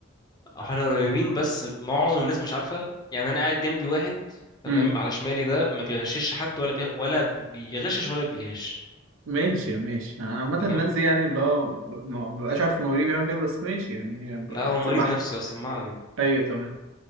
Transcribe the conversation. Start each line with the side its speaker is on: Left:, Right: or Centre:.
Left: احنا قريبين بس معظم الناس مش عارفه يعني انا قاعد جنبي واحد تمام
Right: امم
Left: على شمالي ده ما بيغشش حد ولا بي... ولا بيغشش ولا بيغش
Right: ماشي ماشي انا عامه
Left: تمام
Right: الناس دي يعني اللي هو ب- ما ببقاش عارف المواليد بيعمل كده بس ماشي يعني هي ب-
Left: لا
Right: بحت
Left: هو مريض
Right: بحت
Left: نفسي اصلا ما علينا
Right: ايوه تمام